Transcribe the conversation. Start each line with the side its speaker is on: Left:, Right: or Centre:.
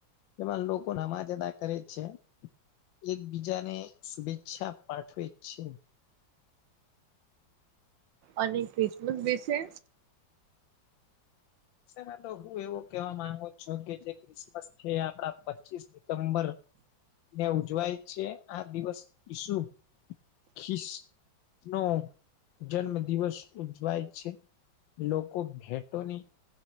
Left: એમાં લોકો નમાજ અદા કરે જ છે. એકબીજાને શુભેચ્છા પાઠવે છે.
Right: અને ખ્રિસમસ વિસે?
Left: માં તો હું એવો કેવા માંગો છ જોકે જે ક્રિસમસ છે આપડા પચીસ ડિસેમ્બર ને ઉજવાય છે આ દિવસ ઈસુ ખીસ નો જન્મ દિવસ ઉજવાય છે લોકો લોકો ભેટો ની